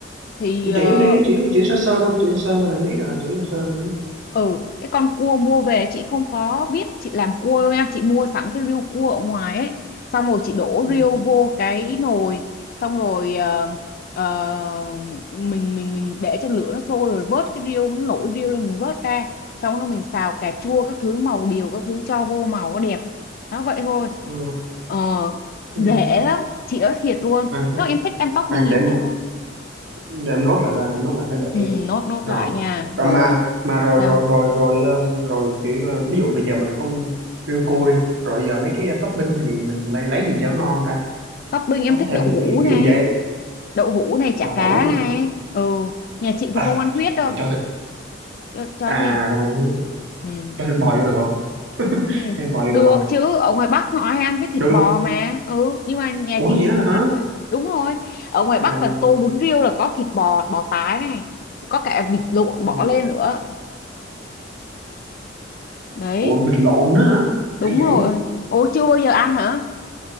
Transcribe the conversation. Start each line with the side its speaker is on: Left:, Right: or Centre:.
Left: thì ờ,
Right: chỉ em đi, chỉ em đi, chỉ sơ sơ thôi, chỉ sơ thôi là biết rồi, chỉ sơ sơ đi.
Left: ừ cái con cua mua về chị không có biết chị làm cua đâu nha chị mua sẵn cái riêu cua ở ngoài ấy xong rồi chị đổ
Right: Ừ,
Left: riêu vô cái nồi xong rồi ờ, ờ, mình mình mình để cho lửa nó sôi rồi vớt cái riêu nó nổi riêu lên mình vớt ra xong rồi mình xào cà chua các thứ màu điều các thứ cho vô màu nó đẹp đó vậy thôi
Right: ừ,
Left: ờ
Right: ừ.
Left: dễ lắm chị ơi thiệt luôn
Right: khoan
Left: nếu
Right: khoan
Left: mà em thích ăn topping
Right: khoan,
Left: thì
Right: để
Left: em
Right: em
Left: tạo vô
Right: để em nốt lại coi, để em nốt lại cái đợi
Left: ừ,
Right: tí.
Left: nốt nốt
Right: Rồi.
Left: lại nha
Right: Và
Left: rồi
Right: mà mà rồi
Left: sao
Right: rồi rồi rồi ờ, rồi kiểu ờ, ví dụ bây giờ mình không riêu cua đi, rồi giờ mấy cái topping thì mình lấy lấy gì cho ngon ta?
Left: topping em
Right: Có
Left: thích
Right: thêm
Left: đậu
Right: nữa
Left: hũ
Right: ví dụ ví
Left: này
Right: dụ vậy,
Left: đậu hũ này chả
Right: tàu
Left: cá
Right: hũ hả?
Left: này ừ nhà chị
Right: Ờ,
Left: thì không ăn huyết đâu
Right: mà cho thịt
Left: cho, cho
Right: à
Left: gì
Right: không
Left: ừ.
Right: cho thịt bò vô được không <laughs>
Left: Ừ.
Right: cho thịt bò vô
Left: được
Right: được không
Left: chứ ở ngoài Bắc họ hay ăn với thịt
Right: được
Left: bò
Right: luôn
Left: mà ừ nhưng mà nhà
Right: ủa
Left: chị thì
Right: vậy đó
Left: không ăn
Right: hả
Left: vậy đúng rồi ở ngoài
Right: ờ
Left: Bắc là tô bún riêu là có thịt bò bò tái này có cả vịt lộn
Right: ừ.
Left: bỏ lên nữa đấy
Right: ủa vịt lộn nữa hả
Left: đúng
Right: hay vậy
Left: rồi ô chưa bao giờ ăn hả